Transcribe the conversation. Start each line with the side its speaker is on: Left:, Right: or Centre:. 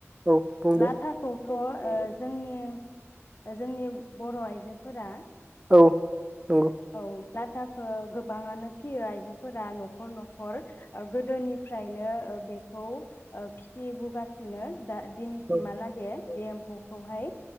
Right: औ बुंदो
Left: लाथाखौ थ ओ जोंनि जोंनि बर'आइजोफोरा।
Right: औ। नंगौ
Left: औ। लाथाखौ गोबाङानो फियो आइजोफोरा नखर नखर ओ गोदोनिफ्रायनो ओ बेखौ ओ फिसि बुगा <unintelligible> दा दिनैसिमहालागै।
Right: औ
Left: बे एम्फौखौहाय।